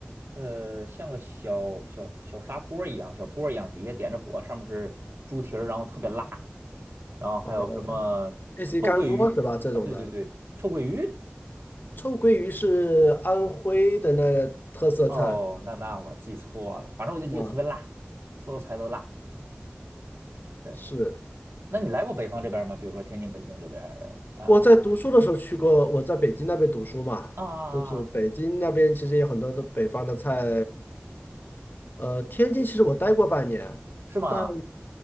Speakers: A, on the right; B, on the left.
A: 呃，像个小小小砂锅儿一样，小锅儿一样，底下点着火，上面是猪蹄儿，然后特别辣，然后还有什么臭鳜鱼，
B: OK，类似于干锅是吧？这种的，
A: 对，臭鳜鱼，
B: 臭鳜鱼是安徽的那特色菜
A: 哦，那那我记错了，反正我就记得特别辣，
B: 啊，
A: 所有菜都辣。对，
B: 是。
A: 那你来过北方这边儿吗？比如说天津、北京这边儿，呃
B: 我在读书的时候去过，我在北京那边读书嘛，
A: 啊，
B: 就是北京那边其实有很多的北方的菜，呃，天津其实我待过半年，
A: 是吗？
B: 但